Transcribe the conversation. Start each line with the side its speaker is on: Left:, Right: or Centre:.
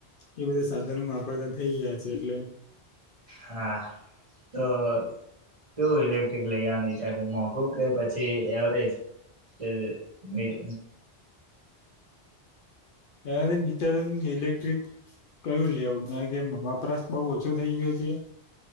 Left: એ બધા સાધનો વાપરતા થઇ ગયા છે એટલે
Right: હા તો કેવું ઇલેક્ટ્રિક લઈ આવાનું વિચારશે મોંઘું કે પછી એવરેજ. કે મી
Left: એ વિચાર્યું કે ઈલેક્ટ્રિક કયું લેવું કારણ કે વપરાશ બઉ ઓછો થઇ ગયો છે.